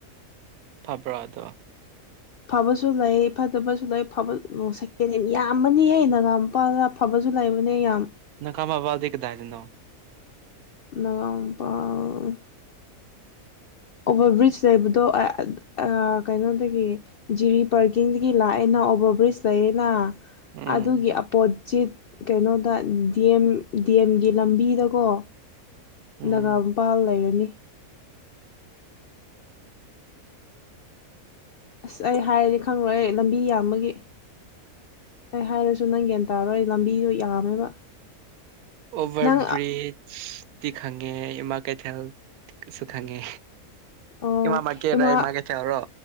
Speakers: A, on the right; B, on the left.
A: ꯐꯕ꯭ꯔꯣ ꯑꯗꯣ
B: ꯐꯕꯁꯨ ꯂꯩ ꯐꯠꯇꯕꯁꯨ ꯂꯩ ꯂꯣꯏ ꯐ ꯁꯦꯀꯦꯟꯍꯦꯟ ꯌꯥꯝ ꯌꯥꯝꯕꯅꯤꯍꯦ ꯅꯒꯥꯃꯄꯥꯜꯗ ꯐꯕꯁꯨ ꯂꯩꯕꯅꯦ ꯌꯥꯝ
A: ꯅꯒꯥꯃꯄꯥꯜꯗꯤ ꯀꯗꯥꯏꯗꯅꯣ
B: ꯅꯒꯥꯃꯄꯥꯜ ꯑꯣꯚꯔ ꯕ꯭ꯔꯤꯖ ꯂꯩꯕꯗꯣ ꯑ ꯀꯩꯅꯣꯗꯒꯤ ꯖꯤꯔꯤ ꯄꯥꯔꯀꯤꯡꯗꯒꯤ ꯂꯥꯛꯑꯦꯅ ꯑꯣꯚꯔ ꯕ꯭ꯔꯤꯖ ꯂꯩꯌꯦꯅ
A: ꯎꯝ
B: ꯑꯗꯨꯒꯤ ꯑꯄꯣꯖꯤꯠ ꯀꯩꯅꯣꯗ ꯗꯤ ꯑꯦꯝ ꯗꯤ ꯑꯦꯝꯒꯤ ꯂꯝꯕꯤꯗꯀꯣ
A: ꯎꯝ
B: ꯅꯒꯥ ꯃꯄꯥꯜ ꯂꯩꯔꯅꯤ ꯑꯁ ꯑꯩ ꯍꯥꯏꯔꯗꯤ ꯈꯪꯪꯂꯣꯏ ꯑꯩ ꯂꯝꯕꯤ ꯌꯥꯝꯕꯒꯤ ꯑꯩ ꯍꯥꯏꯔꯁꯨ ꯅꯪ ꯒ꯭ꯌꯥꯟ ꯇꯥꯔꯣꯏ ꯑꯩ ꯂꯝꯕꯤꯗꯣ ꯌꯥꯝꯃꯦꯕ
A: ꯑꯣꯚꯔ
B: ꯅꯪ
A: ꯕ꯭ꯔꯤꯖ ꯇꯤꯛ ꯈꯪꯉꯦ ꯏꯃꯥ ꯀꯩꯊꯦꯜ ꯀꯁꯨ ꯈꯪꯉꯦ
B: ꯑꯣ
A: ꯏꯃꯥ ꯃꯥꯔꯀꯦꯠ
B: ꯏꯃꯥ
A: ꯍꯥꯏ ꯃꯥꯔꯀꯦꯠ ꯇꯔꯣ